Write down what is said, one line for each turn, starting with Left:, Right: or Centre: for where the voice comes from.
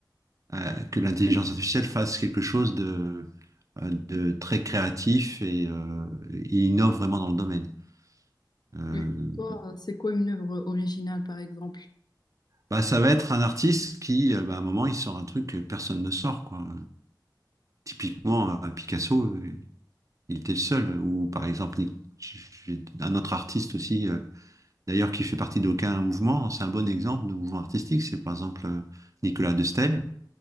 Right: euh, que l'intelligence artificielle fasse quelque chose de, euh, de très créatif et, euh, et innove vraiment dans le domaine. Euh,
Left: Mais toi, euh, c'est quoi une œuvre originale, par exemple?
Right: bah, ça va être un artiste qui, euh, bah, à un moment, il sort un truc que personne ne sort, quoi. Typiquement, euh, Picasso, euh, il était le seul. Ou par exemple, Nic- j'ai- un autre artiste aussi, euh, d'ailleurs, qui fait partie d'aucun mouvement. C'est un bon exemple de mouvement artistique. C'est par exemple euh, Nicolas de Staël.